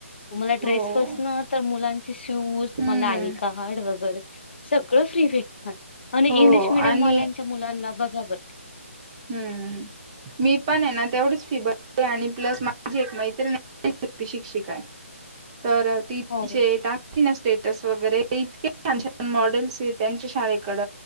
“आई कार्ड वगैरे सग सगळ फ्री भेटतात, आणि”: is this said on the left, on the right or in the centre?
Left